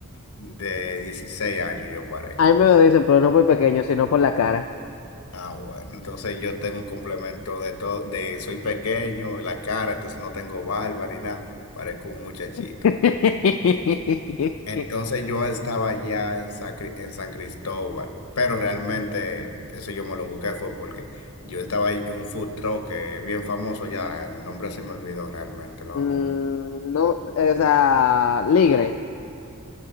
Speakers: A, on the left; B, on the left.
A: de 16 años, yo parezco.
B: A mí me lo dicen, pero no por pequeño, sino por la cara.
A: Ah, bueno, entonces yo tengo un complemento de todo, de soy pequeño, la cara, entonces no tengo barba ni nada, parezco un muchachito.
B: <laughs>
A: Entonces yo estaba allá en San, Cri- en San Cristóbal, pero realmente eso yo me lo busqué fue porque yo estaba ahí en un food truck que es bien famoso allá, el nombre se me olvidó realmente, lo
B: Mm,
A: vamos,
B: no, o sea, ligre.